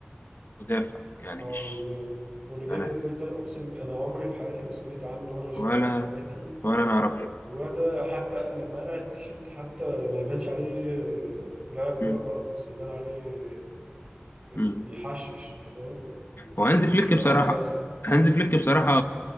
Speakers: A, on the left (about 65°); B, on the right (about 30°).
A: مدافع يعني
B: اه
A: مش
B: واللي واللي جاب
A: انا
B: الجون ده انا اقسم ب- انا عمري في حياتي ما سمعت عنه ولا شفته
A: ولا
B: في حياتي
A: ولا انا اعرف
B: ولا حتى أنا لما قلع التيشيرت حتى ما يبانش عليه آه، لاعب كوره
A: مم.
B: خالص يبان عليه بيحشش
A: مم.
B: انت فاهم
A: وهانز
B: مش
A: فليك
B: بان
A: بصراحه
B: عليه اصلا
A: هانز فليك بصراحه